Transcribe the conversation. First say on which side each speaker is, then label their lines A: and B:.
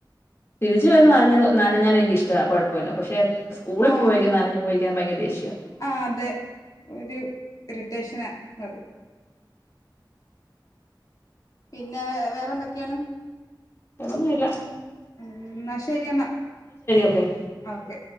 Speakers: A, on the left (about 35°); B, on the left (about 50°).
A: തിരിച്ചു വരുന്ന് നഞ്ഞ നനഞ്ഞാൽ നിക്ക് ഇഷ്ടാ കുഴപ്പൂല്ല പക്ഷെ സ്കൂളിൽ
B: ആഹ്
A: പോയി നനഞ്ഞു പോയി ഭയങ്കര ദേഷ്യ
B: ആഹ് അതെ ഒരു ഇറിറ്റേഷനാ അത് പിന്നെ വെ വേറെന്തൊക്ക്യാണ്
A: വേറെ ഒന്നുല്ല
B: ഉം ന്നാ ശരിയന്നാ
A: ഓക്കെ
B: ഓക്കെ